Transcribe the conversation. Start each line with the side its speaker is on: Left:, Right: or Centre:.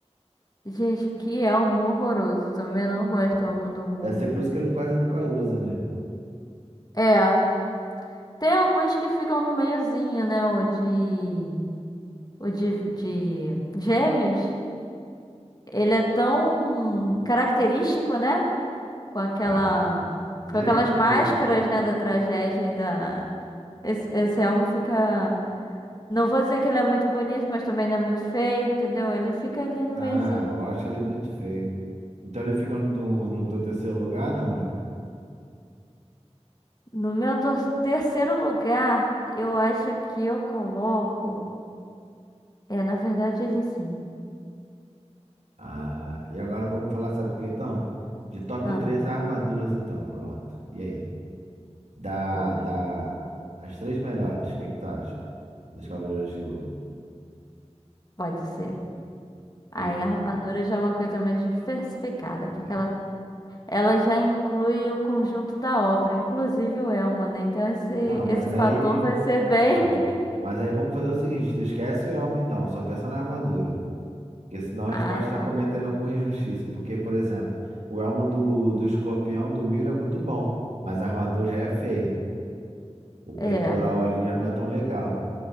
Left: Gente, que elmo horroroso. Também não gosto do elmo do Mu.
Right: Deve ser por isso que ele quase nunca usa, né?
Left: É. Tem alguns que ficam no meiozinho, né? O de. O de, de gêmeos. Ele é tão característico, né? Com aquela.
Right: Ah, mas
Left: Com
Right: ele
Left: aquelas
Right: é
Left: máscaras,
Right: feio. né?
Left: né? Da tragédia e da. Esse, esse elmo fica. Não vou dizer que ele é muito bonito, mas também não é muito feio, entendeu? Ele fica ali no
Right: Ah,
Left: meiozinho.
Right: eu acho ele muito feio. Então ele fica no, no teu terceiro lugar, não, né?
Left: No meu tor- terceiro lugar, eu acho que eu coloco. É, na verdade, ele sim.
Right: Ah, e agora vamos falar, sabe o que então? De top
Left: Ah,
Right: três armaduras, então, pronto. E aí? Da,
Left: pô,
Right: da, as três melhores, o que que tu acha? Dos Cavaleiros de Ouro. O
Left: pode ser. Aí
Right: que que
Left: a
Right: tu
Left: armadura
Right: acha?
Left: já é uma coisa mais diversificada, porque
Right: É.
Left: ela, ela já inclui o conjunto da obra, inclusive o elmo, né? Então esse,
Right: Não,
Left: esse
Right: mas
Left: fator
Right: aí.
Left: vai ser bem.
Right: Não.
Left: <laughs>
Right: Mas aí vamos fazer o seguinte: tu esquece o elmo, então, só pensa na armadura. Porque senão a
Left: Ah,
Right: gente pode estar
Left: tá.
Right: cometendo alguma injustiça. Porque, por exemplo, o elmo do, do escorpião do Miro é muito bom, mas a armadura já é feia. O peitoral
Left: É.
Right: ali já não é tão legal,